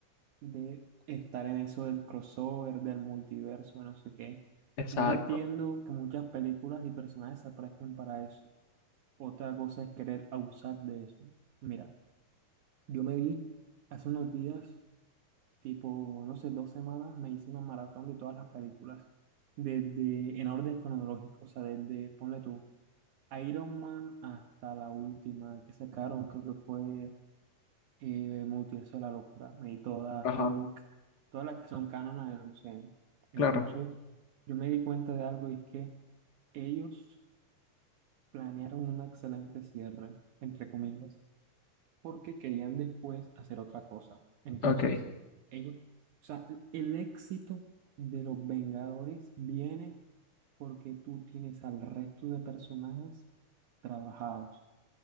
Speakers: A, on the right (about 70°); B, on the left (about 45°).
A: de estar en eso del crossover, del multiverso, no sé qué.
B: Exacto.
A: Yo entiendo que muchas películas y personajes se prestan para eso. Otra cosa es querer abusar de eso. Mira. Yo me vi hace unos días, tipo, no sé, dos semanas, me hice una maratón de todas las películas, desde en orden cronológico, o sea, desde, ponle tú, Iron Man hasta la última que sacaron, creo que fue eh, Multiverso de la Locura, me di todas
B: Ajá,
A: Hulk, todas las que son cánonas del UCM.
B: claro.
A: Entonces, yo me di cuenta de algo y es que ellos planearon un excelente cierre, entre comillas porque querían después hacer otra cosa. Entonces,
B: Ok,
A: ellos, o sea, el éxito de los Vengadores viene porque tú tienes al resto de personajes trabajados.